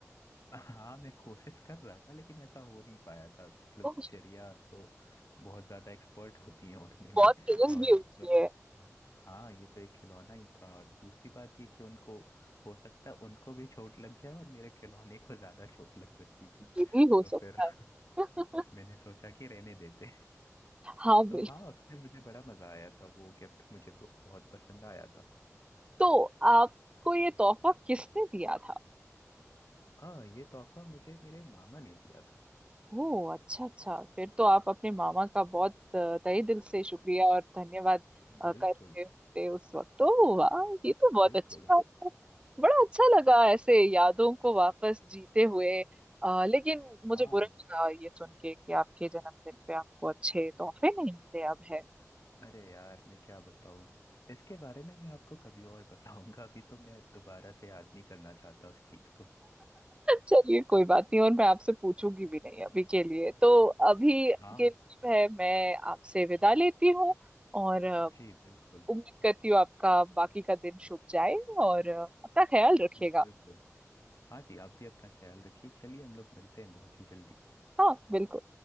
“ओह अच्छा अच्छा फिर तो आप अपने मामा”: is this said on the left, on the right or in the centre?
Right